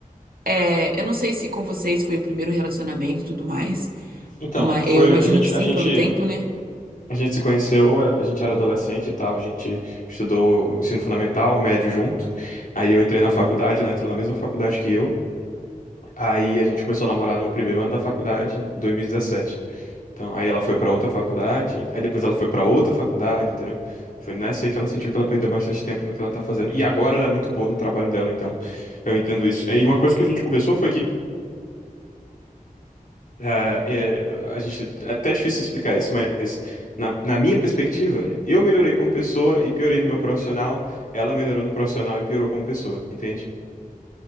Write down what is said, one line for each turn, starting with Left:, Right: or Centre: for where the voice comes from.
Right: é, eu não sei se com vocês foi o primeiro relacionamento e tudo mais,
Left: Então,
Right: mas
Left: foi
Right: eu imagino
Left: a gente
Right: que sim,
Left: a gente
Right: pelo tempo, né?
Left: a gente se conheceu, a a gente era adolescente e tal, a gente estudou o ensino fundamental, o médio junto. Aí eu entrei na faculdade, ela entrou na mesma faculdade que eu. Aí a gente começou a namorar no primeiro ano da faculdade, 2017. Então, aí ela foi pra outra faculdade, aí depois ela foi pra outra faculdade, entendeu? Foi nessa aí que ela sentiu que ela perdeu bastante tempo no que ela tá fazendo. E agora ela é muito boa no trabalho dela, então eu entendo isso. E uma coisa que a gente conversou foi que Ah, é, a gente, é até difícil explicar isso, mas na, na minha perspectiva, eu melhorei como pessoa e piorei no meu profissional, ela melhorou no profissional e piorou como pessoa, entende?